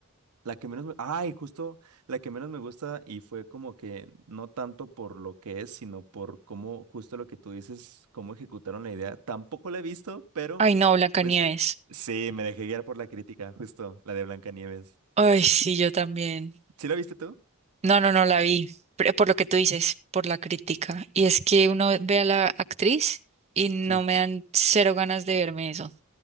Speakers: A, on the right; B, on the right.
A: La que menos me... Ay, justo la que menos me gusta y fue como que no tanto por lo que es, sino por cómo, justo lo que tú dices, cómo ejecutaron la idea. Tampoco la he visto, pero
B: Ay, no, Blancanieves.
A: pues sí, me dejé guiar por la crítica, justo la de Blancanieves.
B: Ay, sí, yo también.
A: ¿Sí la viste tú?
B: No, no, no la vi. pero Por lo que tú dices, por la crítica. Y es que uno ve a la actriz y no
A: Sí.
B: me dan cero ganas de verme eso.